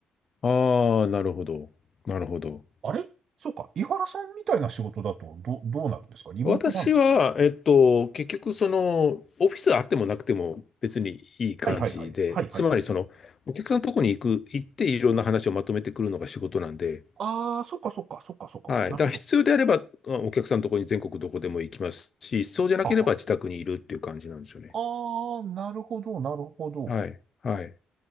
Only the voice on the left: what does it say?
ああ、なるほど。なるほど。
私は、えっと、結局、その、オフィスあってもなくても別にいい感じで、
つまり、その、お客さんのとこに行く、行っていろんな話をまとめてくるのが仕事なんで、
はい。
だから必要であれば、まあお客さんのとこに全国どこでも行きますし、そうじゃなければ自宅にいるっていう感じなんですよね。
はい。はい。